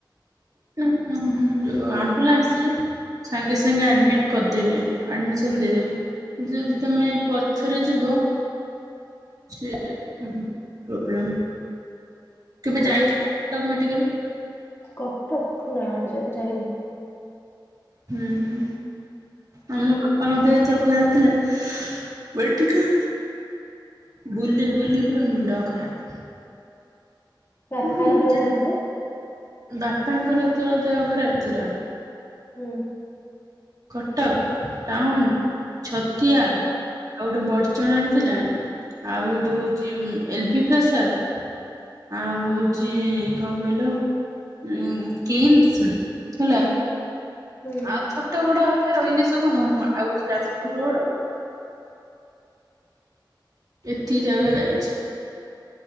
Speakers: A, on the right (about 50°); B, on the left (about 35°).
A: <unintelligible> ଯୋଉ ଅମୁଲାନ୍ସ ରେ ସାଙ୍ଗେ ସାଙ୍ଗେ ଆଡମିଟ କରିଦେବେ ଆଡମିସନ ଦେଇଦେବେ ଯଦି ତୁମେ ପଛରେ ଯିବ ସିଏ ପ୍ରୋବ୍ଲେମ କେବେ
B: କୋଉଠି
A: ଯାଇଛ
B: କହିଲ
A: ନା କଟକ ମେଡିକାଲ
B: କଟକ ନା ଜାଯାଇନି
A: ହୁଁ ହୁଁ ଆମ ବାପାଙ୍କ ଦେହଥର ଯେତେବେଳେ ଖରାପ ଥିଲା ଏଠିକ ବୁଲି ବୁଲି ପୁରା ମୁଣ୍ଡ ଖରାପ
B: କାର
A: <unintelligible>
B: କାର ଦେହ ଖରାପ ଥିଲା
A: ବାପାଙ୍କର ଯେତେବେଳେ ଦେହ ଖରାପ ଥିଲା
B: ହୁଁ
A: କଟକ ଟାଉନ ଛତିଆ ଆଉ ଗୋଟେ ବଡଚଣା ରେ ଥିଲା ଆଉ ଗୋଟେ ହଉଛି ଉ ଏଲ ବି ପ୍ରସାଦ ଆଉ ହଉଛି କଣ କହିଲ ଉ କିମ୍ସ ହେଲା
B: ହୁଁ
A: ଆଉ ଛୋଟ ବଡ ଆଉ ତା ରହିଲେ ସବୁ ହଁ ଆଉ ଗୋଟେ ଯାଜପୁର ରୋଡ ଆଉ ଏତିକି ଜାଗା ଯାଇଛି